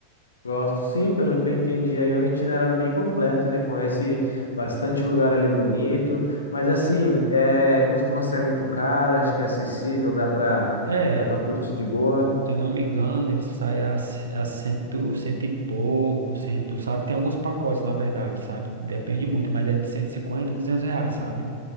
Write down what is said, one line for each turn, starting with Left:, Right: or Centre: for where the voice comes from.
Left: Gosto sim, pelo que eu entendi aí, é um itinerário bem completo, né? Conhece bastante lugar ali bonito, mas assim, é, costuma sair muito caro, acho que é acessível, dá para
Right: É,
Left: dá para curtir de boa.
Right: Se eu não me engano, ele sai a, c- a cento, cento e pouco, cento, sabe? Tem alguns pacotes, na verdade, sabe? Depende muito, mas é de 150, 200 reais, sabe?